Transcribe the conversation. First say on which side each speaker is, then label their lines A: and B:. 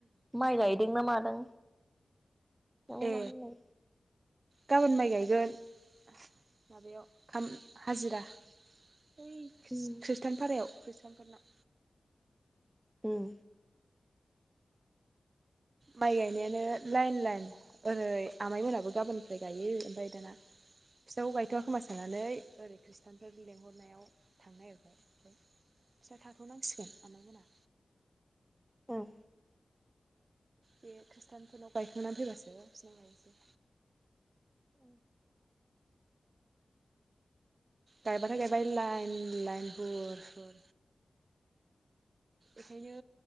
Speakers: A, on the right (about 15°); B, on the right (about 55°).
A: माइ गायदों ना मादों दंबा
B: ए
A: होनलाय।
B: गाबोन माइ गायगोन माबायाव आम हाजिरा। बै खृष्ट
A: उम
B: खृष्टान भारायाव खृष्टानफोरनाव।
A: उम।
B: माइ गायनायानो लाइन लाइन। ओरै आमाइमोनाबो गाबोननिफ्राय गायो ओमफ्राय दाना फिसाखौ गायथ'वा खोमा साननानै ओरै खृष्टानफोर लेंहरनायाव थांनो नागिरबाय उम फिसा थाथ'नांसिगोन आमायमोना।
A: उम
B: बे खृषटानफोरनाव गायखांनानै फैबासोबो बिसिनाव गायनोसै।
A: औ।
B: गाइबाथाय गायबाय लाइन लाइन हुर हुर। ओंखायनो